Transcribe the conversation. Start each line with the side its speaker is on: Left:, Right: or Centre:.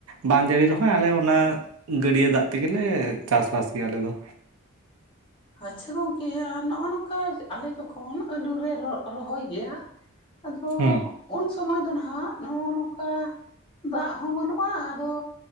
Right: ᱵᱟᱝ ᱡᱟᱹᱲᱤ ᱨᱮᱦᱚᱸᱭ ᱟᱞᱮ ᱚᱱᱟ ᱜᱟᱹᱰᱭᱟᱹ ᱫᱟᱜ ᱛᱮᱜᱮᱞᱮ ᱪᱟᱥᱵᱟᱥ ᱜᱮᱭᱟ ᱟᱞᱮ ᱫᱚ᱾
Left: ᱟᱪᱪᱷᱟ ᱜᱚᱝᱠᱮ ᱱᱚᱸᱜ-ᱱᱚᱠᱟ ᱟᱞᱮ ᱡᱚᱠᱷᱚᱱ ᱟᱹᱞᱩ ᱨᱮ ᱨᱚ ᱨᱚᱦᱚᱭ ᱜᱮᱭᱟ ᱟᱫᱚ
Right: ᱦᱩᱸ
Left: ᱩᱱ ᱥᱚᱢᱚᱭ ᱫᱚ ᱱᱟᱦᱟᱸᱜ ᱱᱚᱸᱜ-ᱱᱚᱠᱟ ᱫᱟᱜ ᱦᱚᱸ ᱵᱟᱹᱱᱩᱜ-ᱟ ᱟᱫᱚ